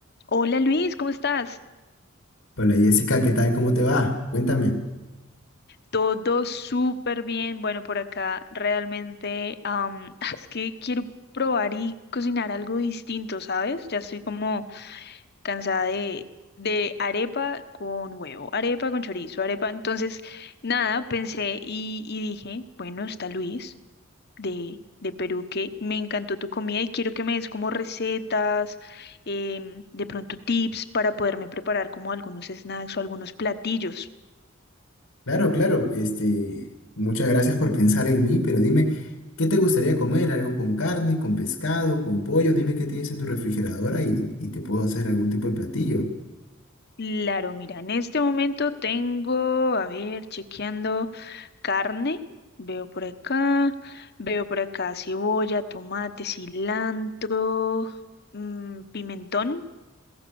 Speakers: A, on the left (about 50°); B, on the left (about 85°).
A: Hola Luis, ¿cómo estás?
B: Hola Jessica, ¿qué tal? ¿Cómo te va? Cuéntame.
A: Todo súper bien. Bueno, por acá realmente am, <laughs> es que quiero probar y cocinar algo distinto, ¿sabes? Ya estoy como cansada de, de arepa con huevo, arepa con chorizo, arepa. Entonces, nada, pensé y, y dije, bueno, está Luis de, de Perú que me encantó tu comida y quiero que me des como recetas, em, de pronto tips para poderme preparar como algunos snacks o algunos platillos.
B: Claro, claro. Este, muchas gracias por pensar en mí, pero dime, ¿qué te gustaría comer? ¿Algo con carne, con pescado, con pollo? Dime qué tienes en tu refrigeradora y, y te puedo hacer algún tipo de platillo.
A: Claro, mira, en este momento tengo, a ver, chequeando carne, veo por acá, veo por acá cebolla, tomate, cilantro, mm, pimentón,